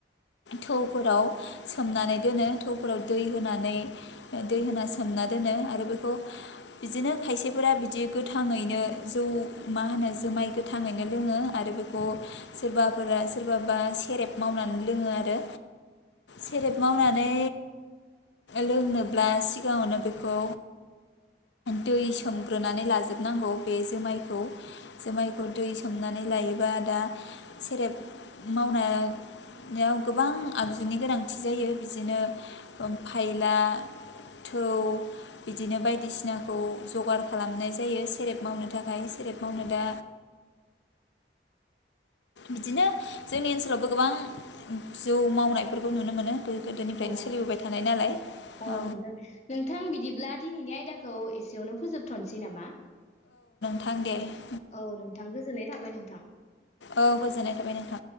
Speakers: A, on the left; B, on the left.
A: थौफोराव सोमनानै दोनो थौफोराव दै होनानै दै होना सोमना दोनो आरो बेखौ बिदिनो खायसेफोरा बिदि गोथाङैनो जौ मा होनो जुमाय गोथाङैनो लोङो आरो बेखौ सोरबाफोरा सोरबा बा सेरेब मावनानै लोङो आरो सेरेब मावनानै लोंनोब्ला सिगाङावनो बेखौ दै सोमग्रोनानै लाजोबनांगौ बे जोमायखौ जोमायखौ दै सोमनानै लायोबा दा सेरेब मावनायाव गोबां आगजुनि गोनांथि जायो बिदिनो ओ फायला थौ बिदिनो बायदिसिनाखौ जगार खालामनाय जायो सेरेब मावनो थाखाय सेरेब मावनो दा बिदिनो जोंनि ओनसोलावबो गोबां जौ मावनायफोरखौ नुनो मोनो गोदोनिफ्रायनो
B: अ
A: सोलिबोबाय थानाय नालाय
B: अ
A: औ
B: नोंथां नोंथां बिदिब्ला दिनैनि आयदाखौ एसे <unintelligible> फोजोब थननोसै नामा
A: थां दे
B: औ नोंथां गोजोननाय थाबाय नोंथां
A: औ गोजोननाय थाबाय नोंथां